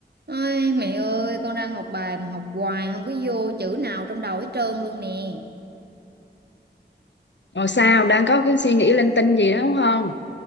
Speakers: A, on the right; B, on the left.
A: Ôi, mẹ ơi, con đang học bài mà học hoài không có vô chữ nào trong đầu hết trơn luôn nè.
B: Rồi sao đang có cái suy nghĩ linh tinh gì đó đúng không?